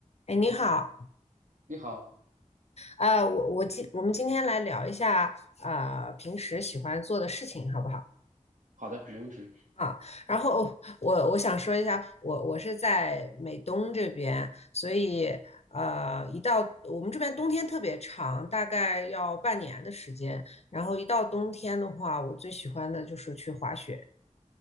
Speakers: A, on the left; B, on the right.
A: 哎，你好，
B: 你好，
A: 呃，我我今我们今天来聊一下，呃，平时喜欢做的事情，好不好？
B: 好的，没问题。
A: 啊，然后我我想说一下，我我是在美东这边，所以呃，一到我们这边冬天特别长，大概要半年的时间，然后一到冬天的话，我最喜欢的就是去滑雪。